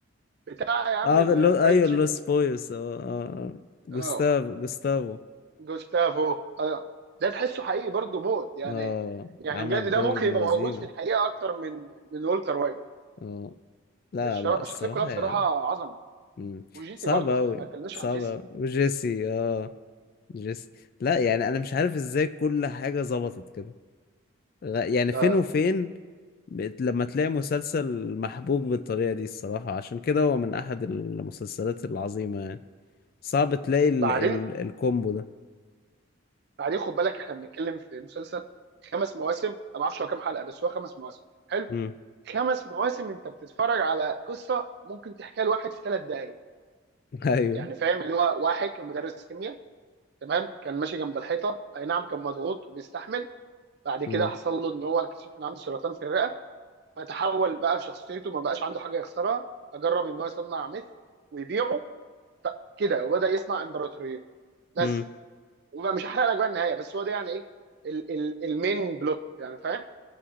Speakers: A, on the right; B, on the left.
A: بتاع يا عم
B: اه
A: الفرايد
B: اللو... ايوه
A: تشيكن
B: اللوس بويوس اه اه اه جوستافو
A: اه
B: جوستافو
A: جوستافو اه ده تحسه حقيقي برضو موت يعني
B: اه
A: يعني
B: عمل
A: بجد ده
B: دور
A: ممكن
B: ابن
A: يبقى
B: لذينه
A: موجود في الحقيقه اكتر من من والتر وايت
B: اه لا
A: الشرا-
B: لا الصراحة
A: الشخصيه كلها بصراحه
B: يا-
A: عظمه
B: مم.
A: وجيسي
B: صعب
A: برضو
B: أوي
A: احنا ما اتكلمناش
B: صعب
A: عن جيسي
B: أوي وجيسي اه جيسي لا يعني أنا مش عارف ازاي كل حاجة ظبطت كده غ- يعني
A: ده
B: فين وفين بت- لما تلاقي مسلسل محبوك بالطريقة دي الصراحة عشان كده هو من أحد المسلسلات العظيمة يعني صعب تلاقي ال
A: بعدين
B: ال الكومبو ده
A: بعدين خد بالك احنا بنتكلم في مسلسل خمس مواسم انا ما اعرفش هو كام حلقه بس هو خمس مواسم حلو
B: مم.
A: خمس مواسم انت بتتفرج على قصه ممكن تحكيها لواحد في ثلاث دقائق
B: <laughs> أيوه
A: يعني فاهم اللي هو واحد كان مدرس كيمياء تمام كان ماشي جنب الحيطه اي نعم كان مضغوط وبيستحمل بعد كده
B: مم.
A: حصل له ان هو اكتشف ان عنده سرطان في الرئه فتحول بقى في شخصيته ما بقاش عنده حاجه يخسرها فجرب ان هو يصنع ميث ويبيعه كده وبدا يصنع امبراطوريته بس
B: مم.
A: وبقى مش هحرق لك بقى النهايه بس هو ده يعني ايه ال ال المين بلوت يعني فاهم